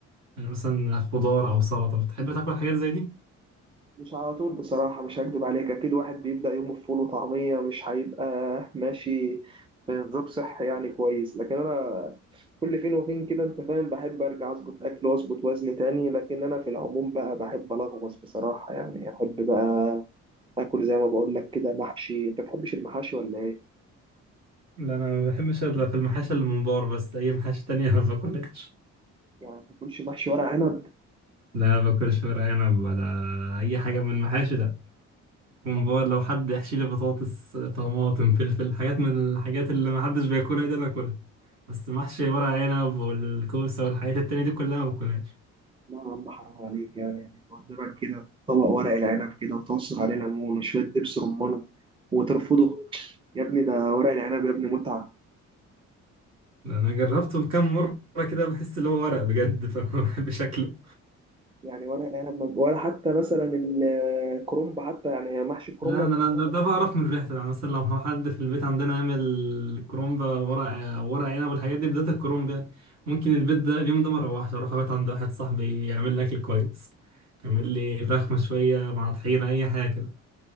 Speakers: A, on the right; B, on the right.
A: يعني مثلا خضار أو سلطة بتحب تاكل حاجات زي دي؟
B: مش على طول بصراحة مش هكدب عليك اكيد واحد بيبدأ يومه بفول وطعمية مش هيبقى ماشي في نظام صحي يعني كويس لكن انا كل فين وفين كده انت فاهم بحب ارجع اظبط اكل واظبط وزن تاني لكن انا في العموم بقى بحب الغوص بصراحة يعني احب بقى اكل زي ما بقول لك كده محشي انت بتحبش المحاشي ولا ايه
A: لا أنا ما بحبش إلا في المحاشي اللي من بار بس أي محاشي تانية <laughs> ما باكلهاش
B: يعني ما بتاكلش محشي ورق عنب
A: لا ما باكلش ورق عنب ولا أي حاجة من المحاشي ده ممبار
B: لا
A: لو حد يحشي لي بطاطس طماطم فلفل حاجات من الحاجات اللي محدش بياكلها دي أنا أكلها بس محشي ورق عنب والكوسة والحاجات التانية دي كلها ما باكلهاش
B: لا يا عم حرام عليك يعني يعني قدامك كده طبق ورق العنب كده وتعصر عليه ليمون وشوية دبس رمان وترفضه يا ابني ده ورق العنب يا ابني متعة
A: انا جربته كام مره كده بحس اللي هو ورق بجد <laughs> فما بحبش شكله
B: يعني ورق العنب ما- ولا حتى مثلا الكرنب حتى يعني محشي الكرنب
A: لا انا أنا- ده, ده بعرف من ريحته يعني مثلا لو حد في البيت عندنا عامل كرومب ورق ورق عنب والحاجات دي بدايه الكرومب يعني ممكن البيت ده اليوم ده ما اروحش اروح ابات عند واحد صاحبي يعمل لي اكل كويس يعمل لي فراخ مشويه مع طحينه اي حاجه كده